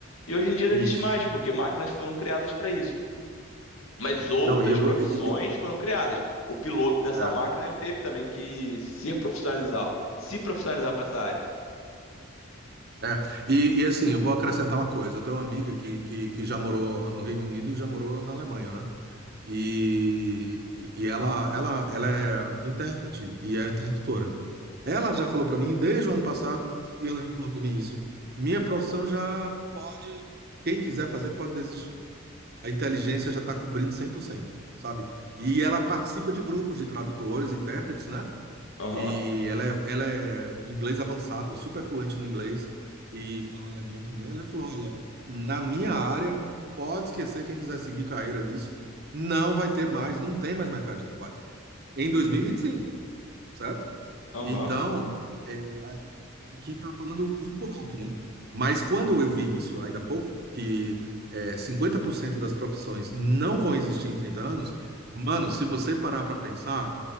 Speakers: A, on the left (about 90°); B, on the right (about 50°).
A: E hoje em dia não
B: isso.
A: existe mais, porque máquinas foram criadas para isso. Mas outras
B: Não, e eu
A: profissões
B: vou. e- e- e-
A: foram criadas. O piloto dessa
B: é,
A: máquina ele teve também que se profissionalizar, se profissionalizar para essa área.
B: é. E, e, assim, eu vou acrescentar uma coisa. Eu tenho uma amiga que, que, que já morou no Reino Unido e já morou na Alemanha, né? E, e ela, ela, ela é intérprete e é tradutora. Ela já falou para mim desde o ano passado, e ela já falou para mim isso. Minha profissão já pode, quem quiser fazer, pode desistir. a inteligência já está cobrindo 100%, sabe? E ela participa de grupos de tradutores, intérpretes, né?
A: Aham,
B: E ela é, ela é inglês avançado, super fluente no inglês e fala alemão também. Ela falou: olha, na minha área, pode esquecer quem quiser seguir carreira nisso, não vai ter mais, não tem mais mercado de trabalho. Em 2025, certo?
A: aham.
B: Então, é, a gente aqui está falando muito por alto, né? Mas quando eu vi isso, ainda há pouco, que é, 50% das profissões não vão existir em 30 anos, mano, se você parar para pensar,